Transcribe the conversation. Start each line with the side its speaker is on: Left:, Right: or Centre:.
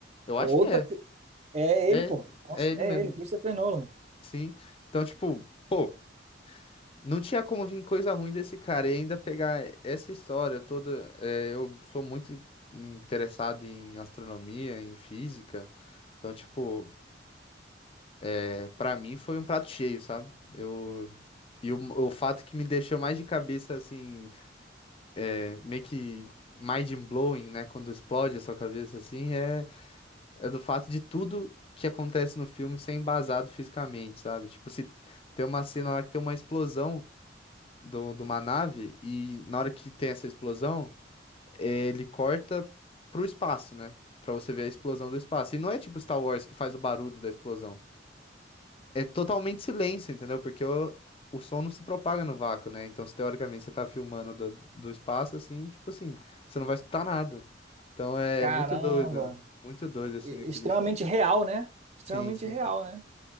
Left: Eu
Right: Outra.
Left: acho que é,
Right: tri- É
Left: é,
Right: ele, pô. Nossa,
Left: é ele
Right: É
Left: mesmo.
Right: ele, Christopher Nolan.
Left: Sim. Então, tipo, pô. Não tinha como vir coisa ruim desse cara. E ainda pegar essa história toda. é, eu sou muito interessado em astronomia, em física. Então, tipo, é, para mim foi um prato cheio, sabe? Eu, e o, o fato que me deixou mais de cabeça, assim, é, meio que mind-blowing, né? Quando explode a sua cabeça, assim, é, é do fato de tudo que acontece no filme ser embasado fisicamente, sabe? Tipo, se tem uma cena lá que tem uma explosão. do, de uma nave e na hora que tem essa explosão, ele corta pro espaço, né? Pra você ver a explosão do espaço. E não é tipo Star Wars que faz o barulho da explosão. É totalmente silêncio, entendeu? Porque o, o som não se propaga no vácuo, né? Então, se teoricamente você tá filmando do, do espaço, assim, tipo assim, você não vai escutar nada. Então é
Right: Caramba.
Left: muito doido. Muito doido, assim,
Right: e-
Left: aquele.
Right: extremamente real, né? Extremamente
Left: Sim, sim.
Right: real, né?